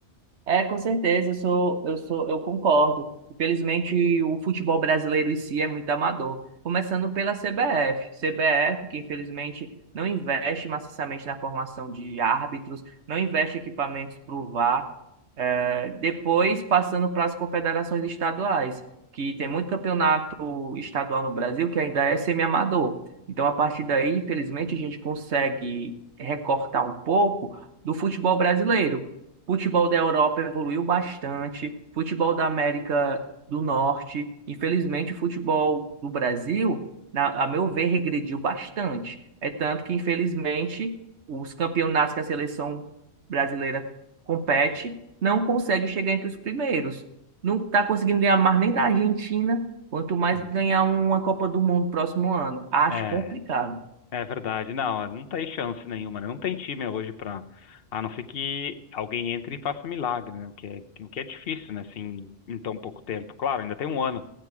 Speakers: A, on the right; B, on the left.
A: É, com certeza, eu sou, eu sou, eu concordo. Infelizmente, o futebol brasileiro em si é muito amador. Começando pela CBF. CBF, que infelizmente não investe maciçamente na formação de árbitros, não investe equipamentos para o VAR. É, depois, passando para as confederações estaduais, que tem muito campeonato estadual no Brasil que ainda é semi-amador. Então, a partir daí, infelizmente, a gente consegue recortar um pouco do futebol brasileiro Futebol da Europa evoluiu bastante, futebol da América do Norte, infelizmente o futebol do Brasil, na- a meu ver, regrediu bastante. É tanto que, infelizmente, os campeonatos que a seleção brasileira compete não consegue chegar entre os primeiros. Não está conseguindo ganhar mais nem da Argentina, quanto mais
B: Uhum.
A: ganhar uma Copa do Mundo próximo ano. Acho
B: É,
A: complicado.
B: é verdade. Não, é, não tem chance nenhuma, né? Não tem time hoje para, a não ser que alguém entre e faça milagre, né? O que é, o que é difícil, né? Assim, em tão pouco tempo. Claro, ainda tem um ano,